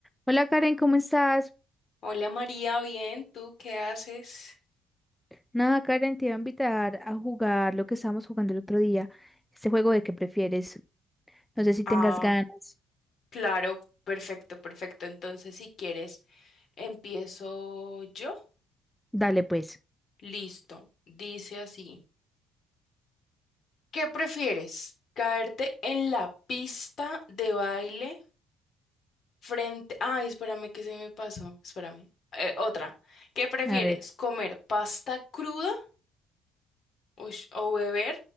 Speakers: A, in the centre; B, on the left (about 55°).
A: Hola Karen, ¿cómo estás?
B: Hola María, bien, ¿tú qué haces?
A: Nada, Karen, te iba a invitar a jugar lo que estábamos jugando el otro día, este juego de qué prefieres. No sé si
B: Ah,
A: tengas ganas.
B: claro, perfecto, perfecto. Entonces, si quieres, empiezo yo.
A: Dale pues.
B: Listo, dice así. ¿Qué prefieres? ¿Caerte en la pista de baile frente... Ay, espérame que se me pasó, espérame. Eh, otra. ¿Qué prefieres?
A: A ver.
B: ¿Comer pasta cruda Ush, o beber